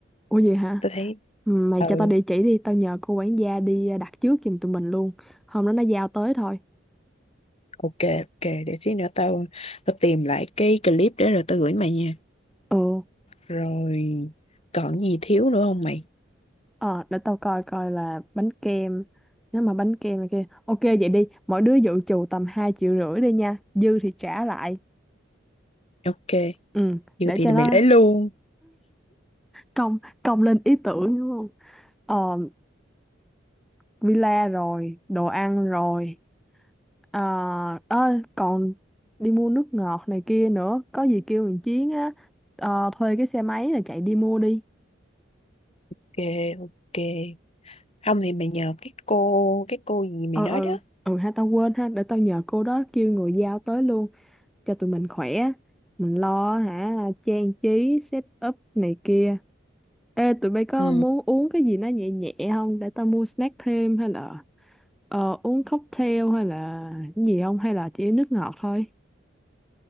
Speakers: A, in the centre; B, on the left (about 30°).
A: Ủa gì hả
B: Tao thấy
A: Ừ, mày
B: ừ
A: cho tao địa chỉ đi tao nhờ cô quản gia đi à, đặt trước giùm tụi mình luôn hôm đó nó giao tới thôi
B: Ok, ok, để xíu nữa tao tao tìm lại cái clip để rồi tao gửi mày nha.
A: ừ
B: Rồi còn gì thiếu nữa không mày?
A: ờ để tao coi coi là bánh kem nếu mà bánh kem này kia ok vậy đi mỗi đứa dự trù tầm hai triệu rưỡi đi nha dư thì trả lại
B: Ok,
A: ừ
B: vừa
A: để
B: thì
A: cho
B: mày
A: nó
B: lấy luôn.
A: công công lên ý tưởng đúng không ờ villa rồi đồ ăn rồi À, ơ, còn đi mua nước ngọt này kia nữa có gì kêu thằng Chiến á ờ, thuê cái xe máy là chạy đi mua đi
B: Ok, ok. Không thì mày nhờ cái cô, cái cô gì mày
A: ừ
B: nói
A: ừ
B: đó.
A: ừ ha tao quên ha để tao nhờ cô đó kêu người giao tới luôn cho tụi mình khỏe mình lo hả trang trí set up này kia ê tụi bay có
B: Ừ,
A: muốn uống cái gì nó nhẹ nhẹ không để tao mua snack thêm hay là ờ, uống cocktail hay là cái gì không hay là chỉ nước ngọt thôi